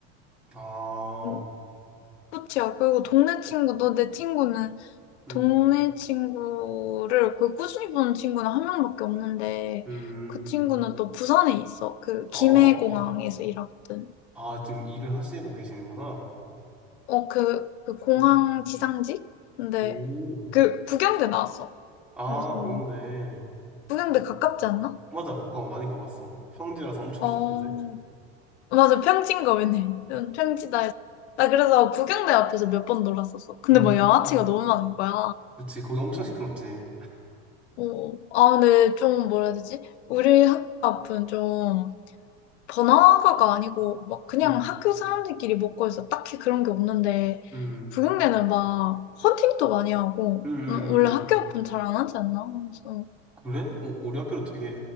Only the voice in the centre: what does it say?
아,
음,
음,
아,
그래.
아, 지금 일을 하시고 계시는구나.
음,
오,
아,
동양대.
음,
맞아, 가까워. 많이 가봤어. 평지라서 엄청
좋던데.
음,
그치, 거기 엄청 시끄럽지.
음,
음,
음, 음,
음.
그래? 어, 우리 학교도 되게